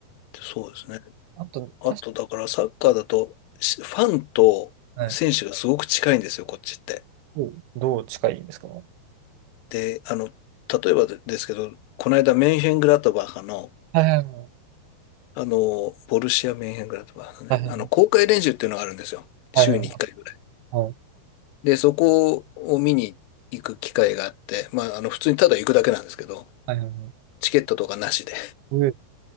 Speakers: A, on the left; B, on the right.
A: そうですね。
B: あと、
A: あと、
B: 確
A: だからサッカーだと、しファンと選手がすごく近いんですよ、
B: はい。かに、
A: こっちって。
B: どうどう近いんですかは
A: で、あの、例えばでですけど、この間、メンヘングラトバカハの、
B: いはいはい。
A: あの、ボルシア・メンヘングラトバカハのね、
B: はい
A: あの、公開練習っていうのがあるんですよ。
B: はいはい。
A: 週に1回ぐらい。
B: はいはいはい。
A: で、そこを見に行く機会があって、まあ、あの、普通にただ行くだけなんですけど、
B: はいはいはい
A: チケットとかなしで。
B: うえ